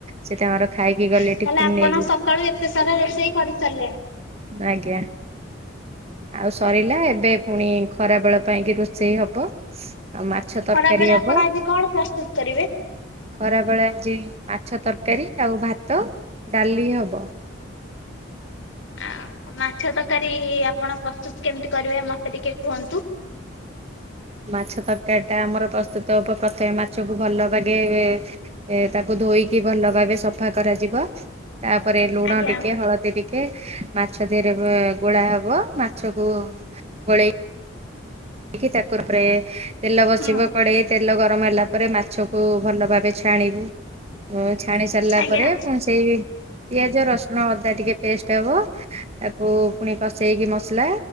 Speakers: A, on the right (about 30°); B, on the left (about 75°).
A: ସେ ତାଙ୍କର ଖାଇକି ଗଲେ
B: ତାହେଲେ
A: ଟିଫିନ
B: ଆପଣ
A: ନେଇକି।
B: ସକାଳୁ ଏତେ ସାରା ରୋଷେଇ କରିସାରଲେଣି।
A: ଆଜ୍ଞା ଆଉ ସରିଲା
B: ଆଜ୍ଞା
A: ଏବେ ପୁଣି ଖ ଖରାବେଳ ପାଇଁକି ରୋଷେଇ ହବ। ଆଉ ମାଛ ତରକାରୀ
B: ଖରାବେଳେ
A: ହବ।
B: ଆପଣ ଆଜି କଣ ପ୍ରସ୍ତୁତ୍ କରି
A: ଖରାବେଳେ ଆଜି ମାଛ ତରକାରୀ ଆଉ ଭାତ ଡାଲି ହବ।
B: ଆ ମାଛ ତରକାରୀ ଆପଣ ପ୍ରସ୍ତୁତ କେମିତି କରିବେ ମତେ ଟିକେ କୁହନ୍ତୁ।
A: ମାଛ ତରକାରୀଟା ଆମର ପ୍ରସ୍ତୁତ ହବ ପ୍ରଥମେ ମାଛକୁ ଭଲ ବାଗେ ଏ ଏ ତାକୁ ଧୋଇକି ଭଲ ଭାବେ ସଫା କରାଯିବ। ତାପରେ ଲୁଣ
B: ଆଜ୍ଞା।
A: ଟିକେ, ହଳଦୀ ଟିକେ ମାଛ ଦେହରେ ଗୋ ଗୋଳା ହ ହବ ମାଛକୁ ଗୋଳେଇ କି ତାକୁ ର ପରେ ତେଲ ବସିବ
B: ହୁଁ
A: କଡେଇ ତେଲ ଗରମ ହେଲା ପରେ ମାଛ କୁ ଭଲ ଭାବେ ଛାଣିବୁ। ଓ ଛାଣି ସାରିଲା
B: ଆଜ୍ଞା।
A: ପରେ ପୁଣି ସେଇ ପିଆଜ, ରସୁଣ, ଅଦା ଟିକେ ପେଷ୍ଟ ହବ। ତାକୁ ପୁଣି କଷେଇକି ମସଲା